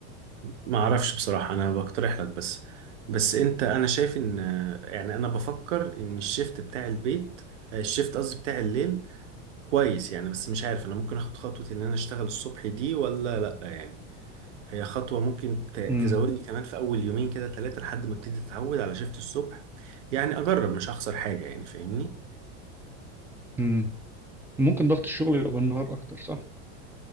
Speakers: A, on the right; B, in the centre.
A: ما اعرفش بصراحة انا بقترح لك بس بس انت انا شايف ان يعني انا بفكر ان الشيفت بتاع البيت الشيفت قصدي بتاع الليل كويس يعني بس مش عارف انا ممكن اخد خطوة ان انا اشتغل الصبح دي ولا لا يعني هي خطوة ممكن ت- تزودني
B: مم.
A: كمان في اول يومين كده ثلاثة لحد ما ابتدي اتعود على شيفت الصبح يعني اجرب مش هخسر حاجة يعني فاهمني
B: مم. ممكن ضغط الشغل يبقى بالنهار اكتر صح